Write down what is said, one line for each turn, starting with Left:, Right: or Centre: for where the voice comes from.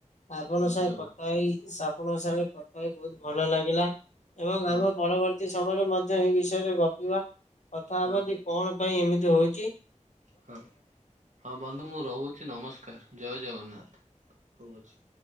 Left: ଆପଣ
Right: ଧନ୍ୟବାଦ
Left: ସାଙ୍ଗେ କଥା ହେଇ ସା ଆପଣଙ୍କ ସାଙ୍ଗେ କଥା ହେଇ ବହୁତ ଭଲ ଲାଗିଲା। ଏବଂ
Right: ହଁ
Left: ଆମ ପରବର ତି ସମୟରେ ମଧ୍ୟ ଏ ବିଷୟରେ ଗପିବା କଥା ହେବ।
Right: ହଁ
Left: ଯେ କଣ ପାଇଁ ଏମିତି ହଉଚି?
Right: ହଁ ହଁ ବନ୍ଧୁ ମୁଁ ରହୁଛି ନମସ୍କାର ଜୟ ଜଗନ୍ନାଥ ରହୁଅଛି।